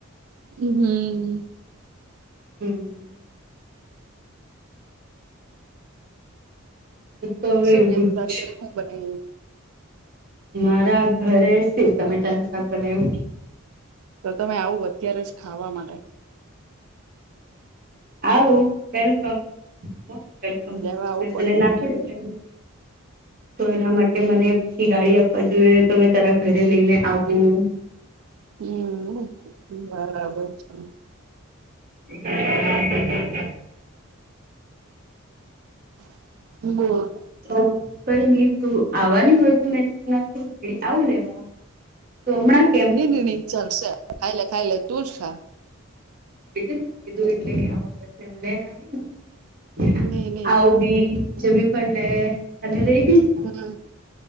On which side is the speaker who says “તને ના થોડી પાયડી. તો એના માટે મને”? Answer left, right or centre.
Right